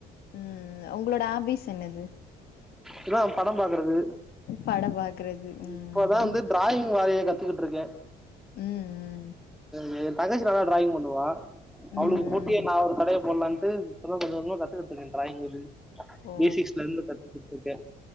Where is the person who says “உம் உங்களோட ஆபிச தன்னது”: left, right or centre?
Left